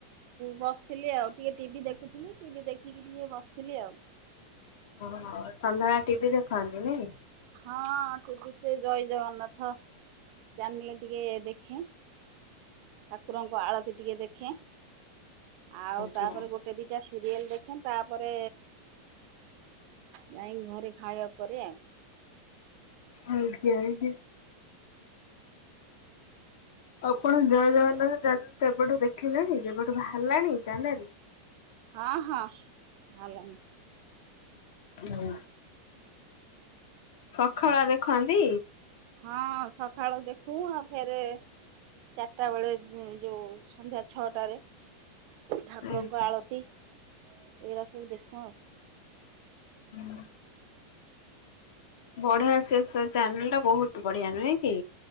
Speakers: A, on the right (about 55°); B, on the left (about 70°).
A: ବସିଥିଲି ଆଉ ଟିକେ ଟିଭି ଦେଖୁଥିଲି ଟିଭି ଦେଖିକି ଟିକେ ବସିଥିଲି ଆଉ। <inaudible>
B: ଓ ହୋ ସନ୍ଧ୍ୟାବେଳେ ଟିଭି ଦେଖନ୍ତି ନାଇଁ।
A: ହଁ ଟିଭି ସେ ଜୟ ଜଗନ୍ନାଥ ଚାନେଲ ଟିକେ ଦେଖେ। ଠାକୁରଙ୍କ ଆଳତି ଟିକେ ଦେଖେ। ଆଉ
B: ଆଜ୍ଞା
A: ତାପରେ ଗୋଟେ ଦିଟା ସିରିଏଲ ଦେଖ୍ ଦେଖ ତାପରେ ଯାଇଁକି ଘରେ ଖାଇବା ପରେ ଆଉ
B: ଆଜ୍ଞା ଆଜ୍ଞା। ଆପଣ ଜୟ ଜଗନ୍ନାଥ ଏବେଠୁ ଦେଖିଲେଣି ଯେବେଠୁ ବାହାରିଲାଣି ଜେନ
A: ହଁ ହଁ ଆଲାଣିି।
B: ହଁ। ସକାଳ ଦେଖନ୍ତି।
A: ହଁ ସକାଳୁ ଦେଖୁ ଆଉ ଫେରେ ଚାରିଟା ବେଳେ ଯୋଉ ସନ୍ଧ୍ୟା ଛଅଟାରେ। ଠାକୁରଙ୍କ
B: ଆଜ୍ଞା
A: ଆଳତି ଏଇରା ସବୁ ଦେଖ ଆଉ।
B: ହୁଁ। ବଢିଆ ସେ ଷେ ଚ୍ୟାନେଲ ଟା ବହୁତ ବଢିଆ ନୁହେଁ କି?